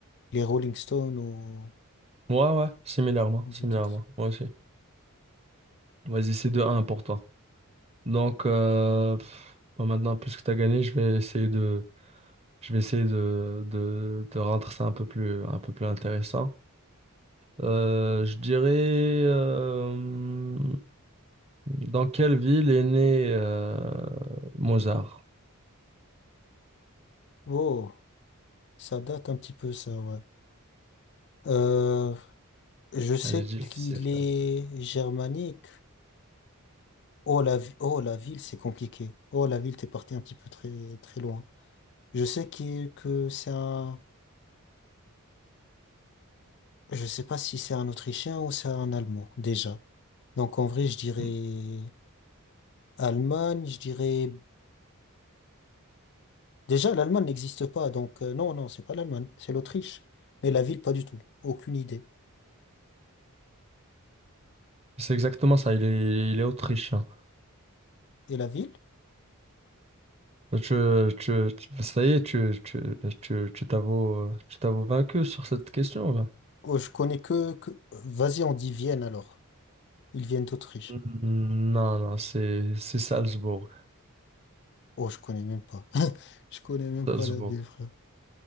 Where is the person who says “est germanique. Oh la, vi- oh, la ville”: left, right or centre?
Left